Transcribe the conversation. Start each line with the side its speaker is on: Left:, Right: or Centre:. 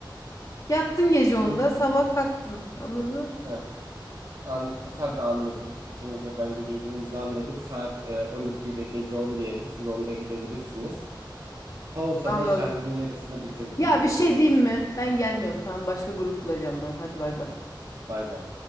Left: Yattın gece
Right: Şimdi
Left: onda, sabah kalktın. Anladın?
Right: Heh. An sen de anladın. İkimiz de bence birbirimizi anladık. Saat e, 12 ile gece 10 diyelim. Siz onda gidebilirsiniz. Pausa'da
Left: Anladım.
Right: şarkının yarısını bitirdiğimizde
Left: Ya bir şey
Right: çıkarız.
Left: diyeyim mi? Ben gelmiyorum. Tamam başka grup bulacağım ben. Hadi bay bay.
Right: Bay bay.